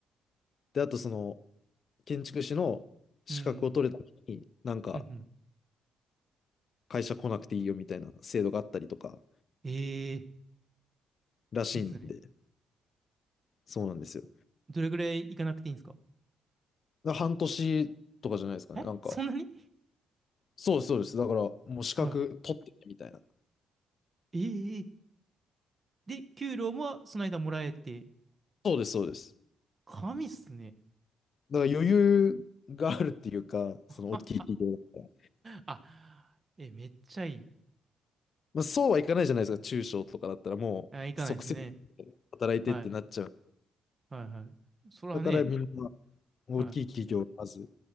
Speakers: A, on the left; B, on the right.
A: で、あとその建築士の資格を取るために、
B: うん。
A: なんか
B: うんうん。
A: 会社来なくていいよみたいな制度があったりとか
B: ええ
A: らしいんで、
B: いいっすね。
A: そうなんですよ。
B: どれぐらい行かなくていいんですか
A: だから半年とかじゃないですかね。
B: えそんなに
A: なんか、そうです、そうです。だからもう資格取ってねみたいな。
B: はい。ええで、給料もその間もらえて、
A: そうです、そうです。
B: 神っすね。
A: だから余裕があるっていうか、その大きい企業だったら。
B: あ、あ、え、めっちゃいい。
A: まあ、そうはいかないじゃないですか、中小とかだったらもう即戦力で働いてってなっちゃう。
B: あ、行かないですね。はい。はいはい。それはね、
A: だからみんな大きい企業をまず
B: はい。